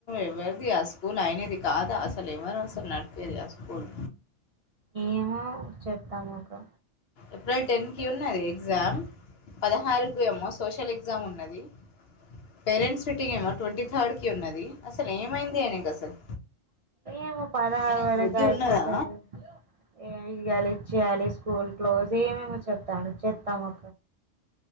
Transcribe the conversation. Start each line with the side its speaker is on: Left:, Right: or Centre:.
Left: ఎవరిది ఆ స్కూల్ అయి అనేది కాదా అసలు ఎవరు అసలు నడిపేది ఆ స్కూల్
Right: ఏమో చెప్తాముకు
Left: ఏప్రిల్ టెన్ కి ఉన్నది ఎగ్జామ్ పదహారుకు ఏమో సోషల్ ఎగ్జామ్ ఉన్నది పేరెంట్స్ మీటింగ్ ఏమో ట్వంటీ థర్డ్ కి ఉన్నది అసలు ఏమైంది అనేక అసలు
Right: ఏమో పదహారు
Left: ఆయనకు
Right: వరకు
Left: బుద్ధి
Right: అయిపోతుది
Left: ఉన్నదా
Right: ఏ ఇగలి చేయాలి స్కూల్ క్లోజ్ ఏమేమో చెప్తాను చెస్తాము